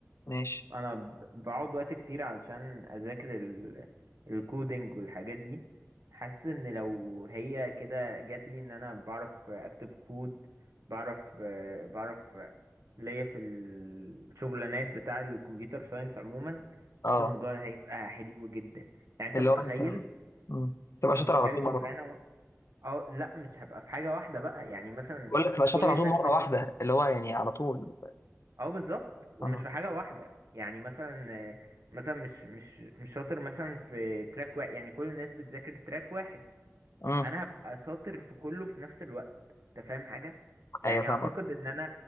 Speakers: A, on the left; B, on the right.
A: ماشي
B: انا ب- بقعد وقت كتير علشان اذاكر ال... الكودينج والحاجات دي حاسس ان لو هي كده جات لي ان انا بعرف اكتب كود بعرف آه، بعرف آه، ليا في الشغلانات بتاع الكمبيوتر ساينس عموما
A: اه
B: حاسس الموضوع ده هيبقى حلو جدا يعني انت
A: اللي
B: متخيل
A: هو انت مم. تبقى
B: انت
A: شاطر
B: متخيل
A: على طول مره
B: شغلانه
A: واحدة.
B: و... اه لا مش هبقى في حاجه واحده بقى يعني مثلا
A: بقول لك تبقى شاطر
B: كل
A: على
B: الناس
A: طول مره
B: بت
A: واحده اللي هو يعني على طول
B: اه بالظبط ومش
A: اه
B: في حاجه واحده يعني مثلا آه، مثلا مش مش مش شاطر مثلا في تراك واحد يعني كل الناس بتذاكر تراك واحد
A: امم
B: انا هبقى شاطر في كله في نفس الوقت انت فاهم حاجه يعني
A: ايوه فاهم
B: اعتقد ان انا